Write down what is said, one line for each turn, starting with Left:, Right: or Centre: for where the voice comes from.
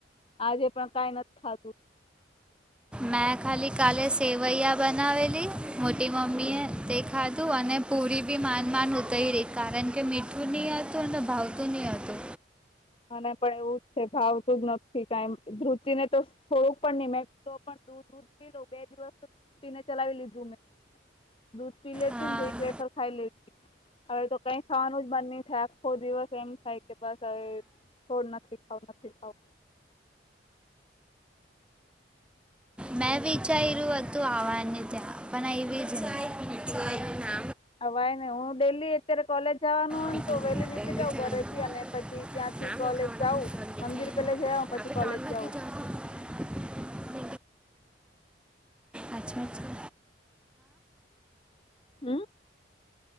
Left: આજે પણ કઈ નથી ખાતું
Centre: મેં ખાલી કાલે સેવૈયા બનાવેલી મોટી મમ્મી એ તે ખાધું અને પૂરી બી માન માન ઉતોય રહી કારણ કે મીઠું નહી હતું અને ભાવતું નહિ હતું
Left: મને પણ એવું જ છે ભાવતું જ નથી કઈ ધુતિ ને તો થોડુંક નહી મે દૂધ પી બે દિવસ પીને ચલાવી લીધું મેં દૂધ પી લેતી
Centre: હા
Left: ને જે એક વેફર ખાઈ લેતી હવે તો કઈ ખાવાનું જ મન નહી આખો દિવસ એમ ખાય કે બસ હવે થોડ નથી ખાવ નથી ખાવ
Centre: મેં વિચાર્યું હતું આવવાને ત્યાં પણ એવી જ છે ને
Left: હવારે નઈ હું ડેલી અત્યારે કોલેજ જવાનું હો
Centre: પીટી
Left: ને તો વહેલી નીકળી
Centre: બેન બિચારાનું
Left: જાઉં ઘરે થી અને પછી ત્યાંથી
Centre: નામ
Left: કોલેજ
Centre: લખાવવાના
Left: જાઉ
Centre: પણ સર દેખાય
Left: મંદિર
Centre: નહીં.
Left: પેલે જયા પછી કોલેજ
Centre: આપણે ત્રણ વાગે
Left: જાઉ
Centre: જવાનું અચ્છા અચ્છા.
Left: હમ